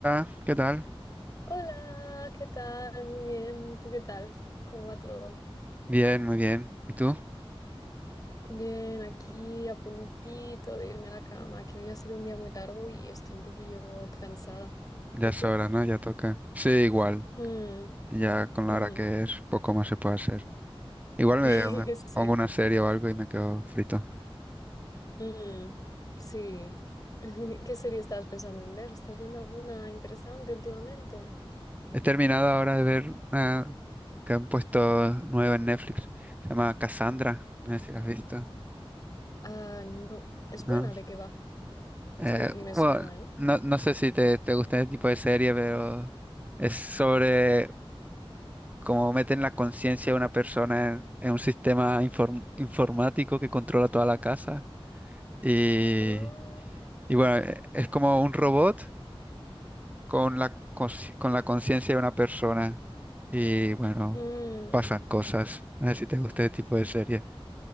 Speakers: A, on the right (about 15°); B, on the left (about 40°).
A: Hola, ¿qué tal?
B: Hola, ¿qué tal? Muy bien, ¿tú qué tal? ¿Cómo va todo?
A: Bien, muy bien. ¿Y tú?
B: Bien, aquí a puntito de irme a la cama, que hoy ha sido un día muy largo y estoy un poquillo cansada. ¿Y
A: Ya es
B: tú?
A: hora, ¿no? Ya toca. Sí, igual.
B: Mm,
A: Ya con la
B: ujú.
A: hora que es, poco más se puede hacer. Igual
B: <laughs>
A: me, veo- me
B: Sí,
A: pongo una serie o algo y me quedo frito.
B: mm, sí. <laughs> ¿Qué serie estabas pensando en ver? ¿Estás viendo alguna interesante últimamente?
A: He terminado ahora de ver una que han puesto nueva en Netflix. Se llama Cassandra. No sé si la has visto,
B: Ah, no, es buena,
A: ¿no?
B: ¿de qué va? Es
A: Eh,
B: que ni me suena,
A: bueno,
B: ¿eh?
A: no, no sé si te, te gusta este tipo de serie, pero es sobre cómo meten la conciencia de una persona en, en un sistema inform- informático que controla toda la casa. Y,
B: Ah,
A: y bueno, e- es como un robot con la, consci- con la conciencia de una persona. Y bueno,
B: mm,
A: pasan cosas. No sé si te gusta este tipo de serie.